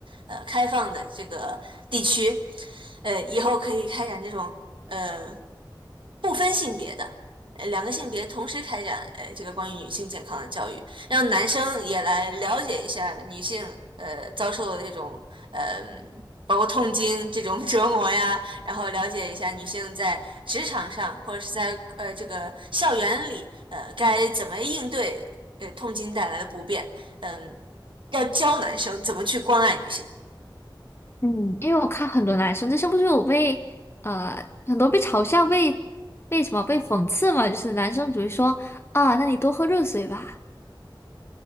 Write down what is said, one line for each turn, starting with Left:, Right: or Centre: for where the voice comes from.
Right: 呃开放的这个地区，呃，以后可以开展这种呃不分性别的，呃两个性别同时开展呃这个关于女性健康的教育。让男生也来了解一下女性呃遭受的这种呃包括痛经这种 <laughs> 折磨呀，然后了解一下女性在职场上或者是在呃这个校园里呃该怎么应对呃痛经带来的不便，嗯、要教男生怎么去关爱女性，
Left: 嗯，因为我看很多男生，这是不是有被呃很多被嘲笑、被被什么被讽刺嘛？就是男生只会说啊，那你多喝热水吧。